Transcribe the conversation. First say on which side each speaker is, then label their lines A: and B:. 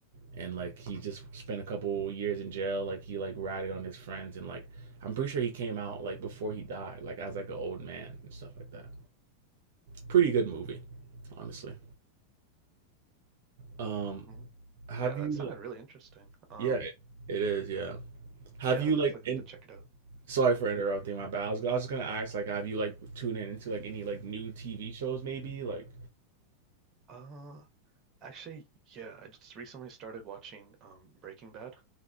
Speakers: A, on the right (about 55°); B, on the right (about 30°).
A: and like he just spent a couple years in jail like he like ratted on his friends and like i'm pretty sure he came out like before he died like as like an old man and stuff like that pretty good movie honestly um
B: hmm
A: have
B: Yeah,
A: you
B: that sounded
A: like
B: really interesting. Um,
A: yeah it is yeah have
B: yeah,
A: you
B: I'll definitely
A: like
B: have
A: in,
B: to check it out.
A: Sorry
B: Yep.
A: for interrupting. My bad. I was, I was just gonna ask, like, have you like tuned in into like any like new TV shows, maybe? Like,
B: Um Actually, yeah, I just recently started watching um Breaking Bad.